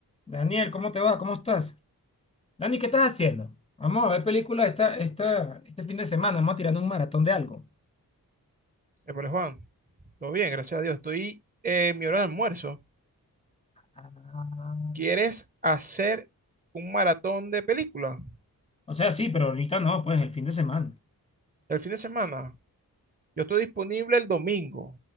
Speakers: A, on the left (about 15°); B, on the right (about 20°).
A: Daniel, ¿cómo te va? ¿Cómo estás? Dani, ¿qué estás haciendo? Vamos a ver películas esta, esta, este fin de semana. Vamos a tirar un maratón de algo.
B: Épale, Juan, todo bien, gracias a Dios. Estoy eh, en mi hora de almuerzo.
A: Ah.
B: ¿Quieres hacer un maratón de películas
A: O sea, sí, pero ahorita no, pues el fin de semana.
B: el fin de semana? Yo estoy disponible el domingo.